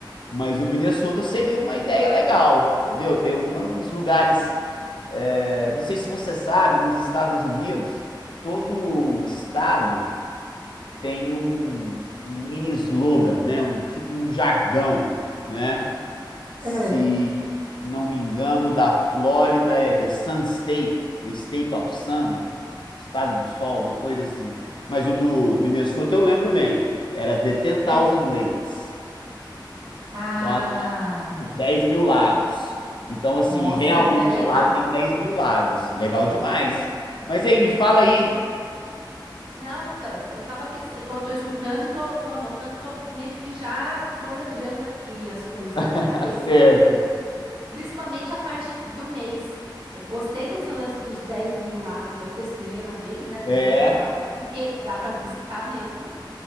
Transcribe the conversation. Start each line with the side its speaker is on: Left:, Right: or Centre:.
Left: Mas o Minnesota seria uma ideia legal, entendeu? Tem uma- uns lugares é, não sei se você sabe, nos Estados Unidos, todo estado tem um, um mini slogan, né? Um tipo um jargão, né? Se
Right: é.
Left: não me engano, o da Flórida é The Sun State, The State of Sun, o estado do sol, uma coisa assim. Mas o do Minnesota eu lembro bem, era The Ten Thousand
Right: É-
Left: Lakes.
Right: Ah,
Left: Então, a os 10 mil lagos. Então, assim,
Right: nossa,
Left: realmente
Right: então é legal.
Left: lá tem 10 mil lagos. Legal
Right: É,
Left: demais. Mas aí, me fala
Right: é,
Left: aí.
Right: é tipo, não, então, eu tava pensando, tô, tô escutando e tô, tô anotando, tô meio que já planejando aqui as coisas na
Left: <laughs>
Right: minha cabeça.
Left: Certo.
Right: Principalmente a parte do mês. Eh, Gostei desse lance dos 10 mil lagos aí, desse lema deles, né? Dos
Left: É.
Right: 10 mil lagos, porque dá para visitar mesmo